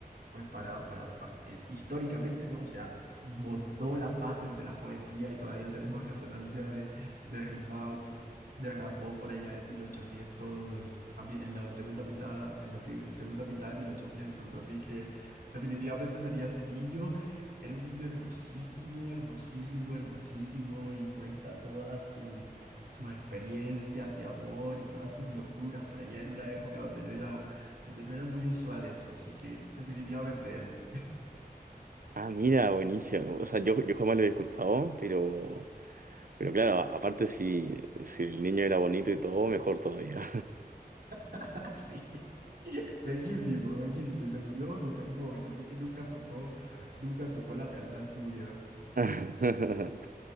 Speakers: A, on the right (about 75°); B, on the right (about 60°).
A: pues para, para, pa- eh, históricamente, ¿no? O sea, montó las bases de la poesía y todavía tenemos resonancia de, de Rimbaud de Rambo por allá en 1800, a mi- en la segunda mitad, en la si- segunda mitad de mil ochocientos Así que definitivamente sería este niño. Era un niño hermosísimo, hermosísimo, hermosísimo y cuenta todas sus, sus experiencias de amor y todas sus locuras por allá en una época donde no era, donde no era muy usual eso. Así que definitivamente él.
B: Ah, mira, buenísimo. O sea, yo, yo jamás lo he escuchado, pero, pero claro, a- aparte si, si el niño era bonito y todo, mejor todavía.
A: <laughs> Sí. Bellísimo, bellísimo. Y se murió súper joven, así que nunca tocó, nunca tocó la fealdad en su vida.
B: <laughs>